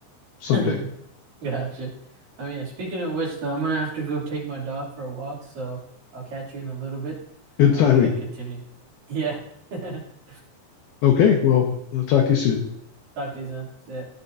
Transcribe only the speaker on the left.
someday.
Good
timing.
Okay. Well, I'll talk to you soon.